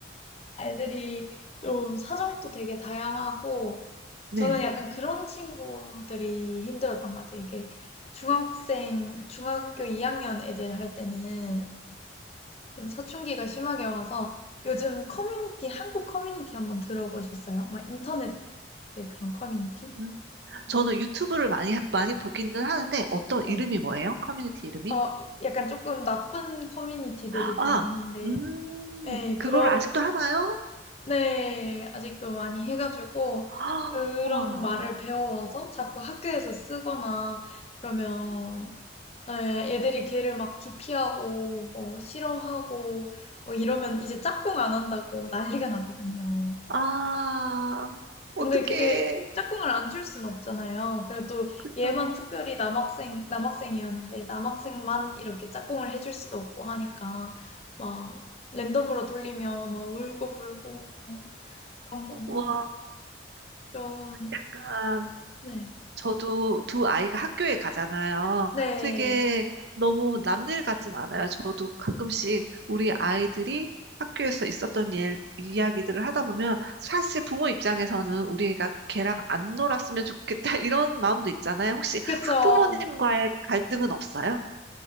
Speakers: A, on the left (about 35°); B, on the right (about 60°).
A: 애들이 좀 사정도 되게 다양하고,
B: 네.
A: 저는 약간 그런 친구들이 힘들었던 것 같아요. 이게 중학생, 중학교 2학년 애들 할 때는 좀 사춘기가 심하게 와서 요즘 커뮤니티, 한국 커뮤니티 한번 들어보셨어요? 막 인터넷, 네, 그런 커뮤니티?
B: 음, 저는 유튜브를 많이, 하- 많이 보기는 하는데 어떤
A: 네.
B: 이름이 뭐예요? 커뮤니티 이름이?
A: 어, 약간 조금 나쁜 커뮤니티들이
B: 아,
A: 좀 있는데,
B: 음,
A: 네,
B: 그걸
A: 그런
B: 아직도 하나요?
A: 네, 아직도 많이 해가지고
B: <gasps> 아,
A: 그런
B: 와.
A: 말을 배워와서 자꾸 학교에서 쓰거나 그러면 네, 애들이 걔를 막 기피하고 뭐 싫어하고 뭐 이러면 이제 짝꿍 안 한다고 난리가 나거든요.
B: 아, 어떡해.
A: 근데 그게 짝꿍을 안 줄 순 없잖아요. 그래도
B: 그죠.
A: 얘만 특별히 남학생 남학생이었는데 남학생만 이렇게 짝꿍을 해줄 수도 없고 하니까 막 랜덤으로 돌리면 막 울고 불고 뭐 그런 거나
B: 와,
A: 좀,
B: 약간
A: 네.
B: 저도 두 아이가 학교에 가잖아요.
A: 네.
B: 되게 너무 남일 같진 않아요. 저도 가끔씩 우리
A: 네.
B: 아이들이 학교에서 있었던 일, 이야기들을 하다 보면 사실 부모 입장에서는 우리 애가 걔랑 안 놀았으면 좋겠다 <laughs> 이런 마음도 있잖아요. 혹시
A: 그쵸.
B: 학부모님과의 갈등은 없어요?